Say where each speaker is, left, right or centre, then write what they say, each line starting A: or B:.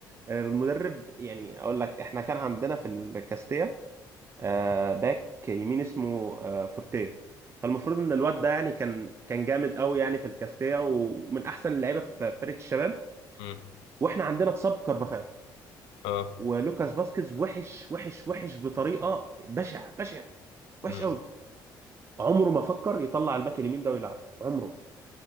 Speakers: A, on the right; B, on the left.
A: المدرب يعني اقول لك احنا كان عندنا في الكاستيا آه باك يمين اسمه آه فورتيه فالمفروض ان الواد ده يعني كان كان جامد قوي يعني في الكاستيا ومن احسن اللعيبه في في فرقه الشباب
B: امم
A: واحنا عندنا اتصاب كارفاخال
B: اه
A: ولوكاس فاسكيز وحش وحش وحش بطريقه بشع بشع وحش
B: امم
A: قوي عمره ما فكر يطلع الباك اليمين ده ويلعب عمره